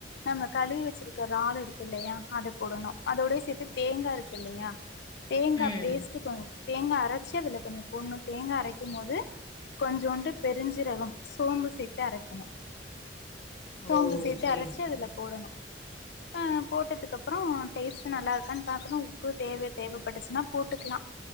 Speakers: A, on the left; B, on the left.
A: நம்ம கழுவி வச்சிருக் றால் இருக்கு இல்லையா அத போடணு அதோட சேர்த்து தேங்கா இருக்கு இல்லையா தேங்கா
B: ம்
A: பேஸ்ட்டு கொஞ் தேங்கா அரச்சு அதுல கொஞ்ச போட்ணு தேங்கா அரைக்கும் போது கொஞ்சோண்டு பெருஞ்சீரகம் சோம்பு சேர்த்து அரைக்கணு சோம்பு
B: ஓ
A: சேர்த்து
B: சேரி
A: அரச்சு அதல்ல போடணு அ போட்டதுக்கு அப்பறோ டேஸ்ட் நல்லா இருக்கான் பாக்கணு உப்பு தேவை தேவப் பட்டுச்சுன்னா போட்டுக்கலா